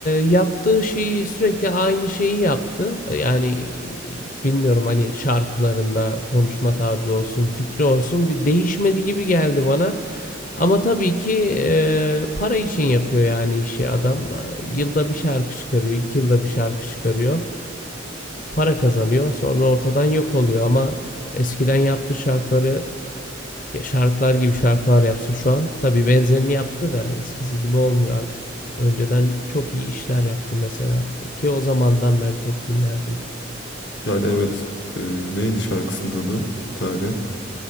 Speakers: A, on the left; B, on the left.
A: yaptığı şeyi sürekli aynı şeyi yaptı. Yani e, bilmiyorum hani şarkılarında konuşma tarzı olsun, fikri olsun bir değişmedi gibi geldi bana. Ama tabii ki e, para için yapıyor yani işi adam. E, Yılda bir şarkı çıkarıyor, iki yılda bir şarkı çıkarıyor. Para kazanıyor, sonra ortadan yok oluyor ama eskiden yaptığı şarkıları ya şarkılar gibi şarkılar yapsa şu an tabii benzerini yaptı da eskisi gibi olmuyor artık. Önceden çok iyi işler yaptı mesela ki o zamandan ben çok dinlerdim.
B: Yani evet, e, neydi şarkısının adı? Bir tane.